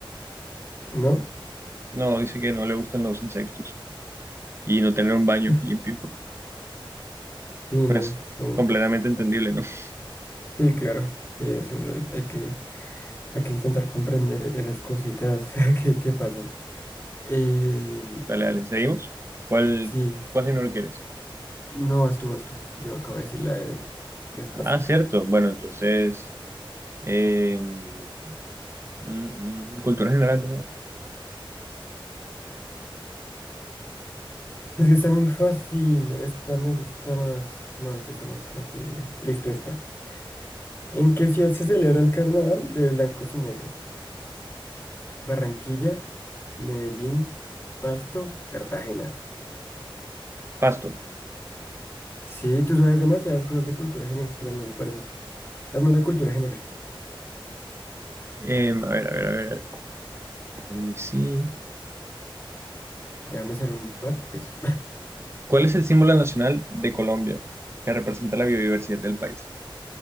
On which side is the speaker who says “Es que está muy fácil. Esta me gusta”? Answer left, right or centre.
Left